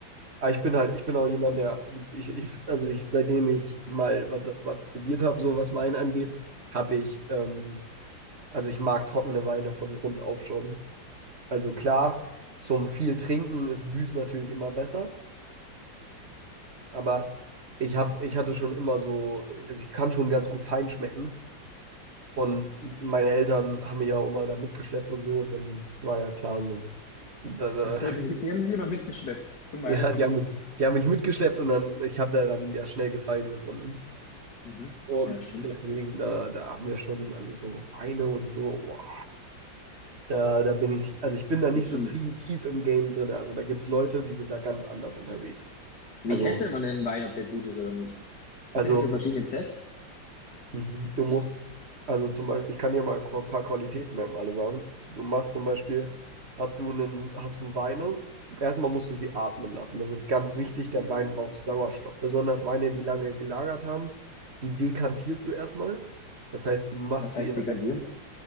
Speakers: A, on the right; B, on the left.
A: Aber ich bin halt, ich bin auch jemand, der, ich, ich, also ich, seitdem ich mal was, das, was probiert habe, so was Wein angeht, habe ich, ähm, also ich mag trockene Weine von Grund auf schon. Also klar, zum viel Trinken ist süß natürlich immer besser, aber ich hab, ich hatte schon immer so, also ich kann schon ganz gut fein schmecken und meine Eltern haben mich ja auch immer da mitgeschleppt und so und dann war ja klar so. Da, da,
B: Ach so, die, die haben sich immer mitgeschleppt
A: <laughs>
B: zum Weintrinken.
A: ja, die haben, die haben mich mitgeschleppt und dann, ich habe da dann ja schnell Gefallen gefunden.
B: Mhm.
A: Und
B: Ja, stimmt.
A: deswegen, da, da haben wir schon, also so Weine und so, boah, da, da bin ich, also ich bin da
B: Ja,
A: nicht
B: schon
A: so tief, tief im Game drin. Also da gibt es Leute, die sind da ganz anders unterwegs.
B: Wie
A: Also,
B: testet man denn einen Wein, ob der gut ist oder nicht? Gibt
A: also
B: es da nicht so verschiedene Tests?
A: mhm. du musst, also zum Beispiel, ich kann dir mal ein paar Qualitätsmerkmale sagen. Du machst zum Beispiel, hast du einen, hast du Weine, erstmal musst du sie atmen lassen. Das ist ganz wichtig, der Wein braucht Sauerstoff. Besonders Weine, die lange gelagert haben, die dekantierst du erstmal. Das heißt, du machst
B: Was heißt
A: sie in
B: dekantieren?